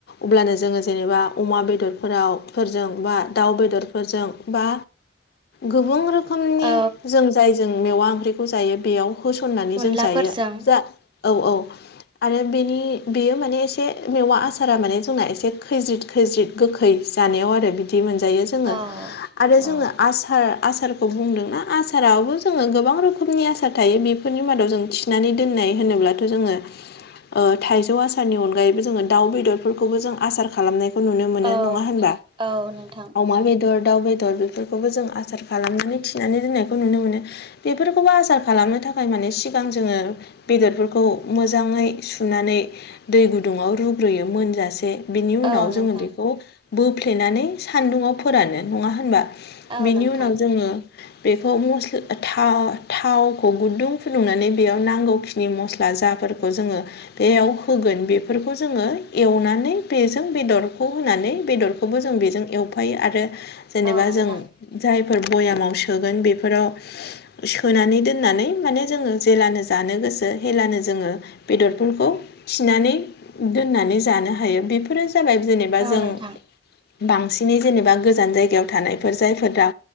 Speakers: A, on the left; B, on the right.
A: अब्लानो जोङो जेनेबा अमा बेदरफोराव फोरजों बा दाउ बेदरफोरजों बा गोबां रोखोम रोखोमनि
B: औ
A: जों जाय जों मेवा ओंख्रिखौ जायो बेयाव होसननानै
B: अनलाफोरजों
A: जों जायो। जा औ औ। आरो बेनि बेयो माने एसे मेवा आसारा माने जोंना एसे खैज्रिद खैज्रिद गोखै। जानायाव आरो बिदि मोनजायो जोङो
B: औ
A: आरो जोङो
B: औ
A: आसार आसारखौ बुंदोंना आसाराबबो जोङो गोबां रोखोमनि आसार थायो बेफोरनि मादाव जों थि नानै दोननाय होनोब्लाथ जोङो थाइजौ आसारनि अनगायैबो जोङो दाउ बेदरफोरखौबो जों आसार खालामनायखौ नुनो मोनो
B: औ
A: नङा होनबा?
B: औ नोंथां
A: अमा बे दर दाउ बेदर बेफोरखौबो जों आसार खालामनानै थिनानै दोननायखौ नुनो मोनो। बेफोरखौबो आसार खालामनो थाखाय माने सिगां जोङो बेदरफोरखौ मोजाङै सुनानै दै गुदुङाव रुग्रोयो मोनजासे। बिनि उनाव
B: औ नोंथां
A: जोङो बेखौ बोफ्लेनानै सान्दुंङाव फोरानो नङा होनबा?
B: औ
A: बेनि
B: नोंथां
A: उनाव जोङो बेखौ मस्ला था थावखौ गुदुं फुदुंनानै बेयाव नांगौ खिनि मस्ला जाफोरखौ जोङो बेयाव होगोन बेफोरखौ जोङो एवनानै बेजों बेदरखौ होनानै बेदर खौबो जों बेजों एवफायो आरो जेनेबा
B: औ नोंथां
A: जों जायफोर भयामाव सोगोन बेफोराव सोनानै दोननानै माने जोङो जेलानो जानो गोसो हेलानो जोङो बेदरफोरखौ थिनानै दोननानै जानो हायो बेफोरो जाबाय जेनेबा
B: औ
A: जों
B: नोंथां
A: बांसिनै जेनेबा गोजान जायगायाव थानायफोर जायफोरा दा